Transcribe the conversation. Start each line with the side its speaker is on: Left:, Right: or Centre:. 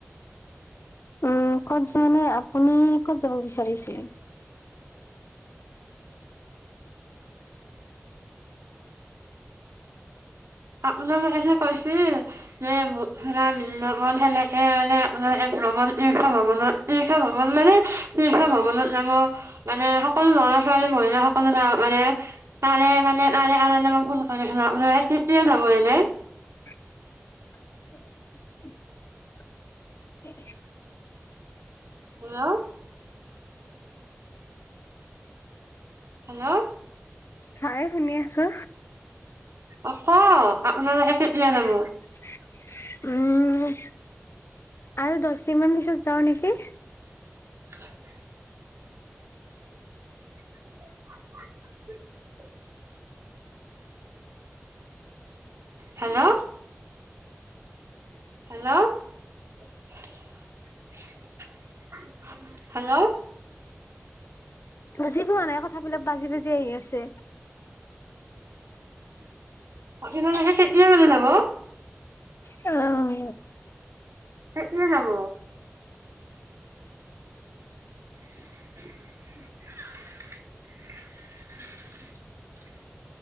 Left: উম ক'ত যায় মানে আপুনি ক'ত যাব বিচাৰিচিলে?
Right: আপোনালোকে যে কৈছিল যে, ম- সেতে লগত সেনেকে মানে আপোনালোকে ভ্ৰমণ তীৰ্থ ভ্ৰনত তীৰ্থ ভ্ৰমন মানে- তীৰ্থ ভ্ৰমণত যাব। মানে সকলো লৰা ছোৱালী মহিলা সকলো ধৰণৰ মানে- তাৰে মানে তাৰে কাৰণে মোৰ কোন <unintelligible>
Left: <unintelligible>
Right: হেল্ল' হেল্ল'
Left: হয় শুনি আছো।
Right: অ ক আপোনালোকে- কেতিয়া
Left: <unintelligible>
Right: যাব
Left: উম, আৰু দহ দিন মান পিছত যাও নেকি?
Right: <unintelligible> <unintelligible> হেল্ল' হেল্ল' হেল্ল'
Left: বুজি পোৱা নাই কথাবিলাক বাজি বাজি আহি আছে।
Right: আপোনালোকে কেতিয়া মানে যাব?
Left: অঁ
Right: কেতিয়া যাব। <unintelligible>